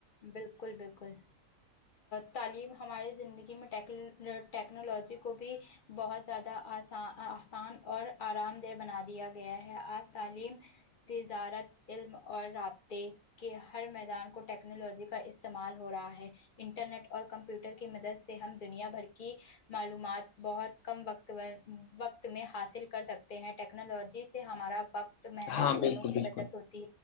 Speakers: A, on the left; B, on the left.
A: بالکل بالکل تعلیم ہمارے زندگی میں ٹیکنالوجی کو بھی بہت زیادہ آسان آسان اور آرام دہ بنا دیا گیا ہے آج تعلیم تجارت علم اور رابطے کے ہر میدان کو ٹیک ٹیکنالوجی کا استعمال ہو رہا ہے انٹرنیٹ اور کمپیوٹر کی مدد سے ہم دنیا بھر کی معلومات بہت کم و وقت میں حاصل کر سکتے ہیں ٹیکنالوجی ہمارا وقت محنت
B: ہاں
A: دونوں
B: بالکل
A: کی بچت
B: بالکل
A: ہوتی